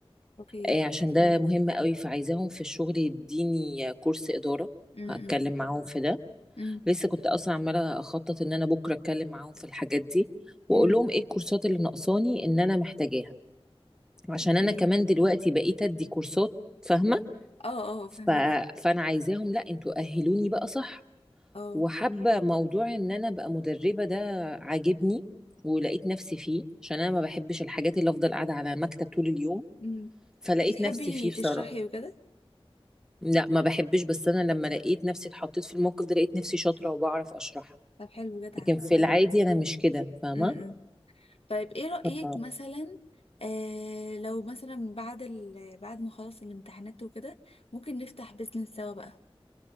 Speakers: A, on the left; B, in the centre.
A: اوكي
B: آه عشان ده مهم قوي فعايزاهم في الشغل يديني كورس إدارة
A: امم
B: هتكلم معاهم في ده
A: امم
B: لسه كنت أصلا عمالة أخطط إن أنا بكرة أتكلم معاهم في الحاجات دي وأقول
A: امم
B: لهم إيه الكورسات اللي ناقصاني إن أنا محتاجاها عشان
A: اوكي
B: أنا كمان دلوقتي بقيت أدي كورسات فاهمة
A: اه اه
B: ف...
A: فهميكي
B: فأنا عايزاهم لأ أنتوا أهلوني بقى صح
A: اه
B: وحابة موضوع ان انا ابقى مدربة ده عاجبني ولقيت نفسي فيه عشان انا ما بحبش الحاجات اللي افضل قاعدة على مكتب طول اليوم
A: امم
B: فلقيت
A: وبتحبي
B: نفسي فيه
A: تشرحي
B: بصراحة
A: وكده
B: لا ما بحبش بس انا لما لقيت نفسي اتحطيت في الموقف ده لقيت نفسي شاطرة وبعرف اشرح
A: طب حلو جدعة
B: لكن في العادي انا مش كده فاهمة
A: امم طيب ايه رأيك
B: ف-
A: مثلا آه لو مثلا بعد ال بعد ما خلص الامتحانات وكده ممكن نفتح بيزنس سوا بقى